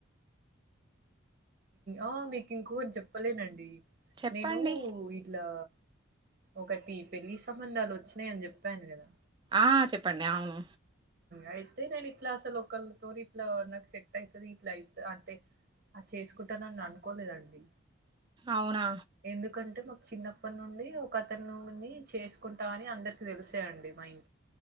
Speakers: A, on the right; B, on the right.
A: ఆ మీకు ఇంకొటి చెప్పలేదండి
B: చెప్పండి
A: నేను ఇట్లా ఒకటి పెళ్ళి సంబంధాలు వచ్చినాయని చెప్పాను కదా
B: ఆ చెప్పండి అవును
A: అయితే నేను ఇట్లా అసలు ఓకల్ తొని ఇట్ల నాకు సెక్ట్ అయితది ఇట్ల అయితది అంటే ఆ చేసుకుంటానని అనుకోలేదండి
B: అవునా
A: ఎందుకంటే మాకు చిన్నప్పటి నుండి ఒకతనుని చేసుకుంటని అందరికి తెలిసే అండి మా ఇం